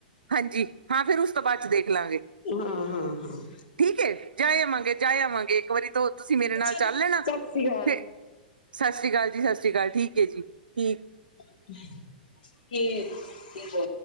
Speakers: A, on the right; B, on the left.
A: ਹਾਂਜੀ ਹਾਂ ਫੇਰ ਉਸ ਤੋਂ ਬਾਅਦ ਚ ਦੇਖ ਲਾਂਗੇ।
B: ਹਾਂ ਹਾਂ
A: ਠੀਕ ਏ ਜਾਏ ਆਵਾਂਗੇ- ਜਾਏ ਆਵਾਂਗੇ ਇੱਕ ਵਾਰੀ ਤੋਂ ਤੁਸੀਂ ਮੇਰੇ ਨਾਲ
B: ਅੱਛਾ ਜੀ
A: ਚੱਲ
B: ਸਤਿ
A: ਲੈਨਾ,
B: ਸ੍ਰੀ ਅਕਾਲ
A: ਤੇ। ਸਾਸ ਸ਼੍ਰੀ ਕਾਲ ਜੀ-ਸਾਸ ਸ਼੍ਰੀ ਕਾਲ ਠੀਕ ਏ ਜੀ, ਠੀਕ।
B: <unintelligible>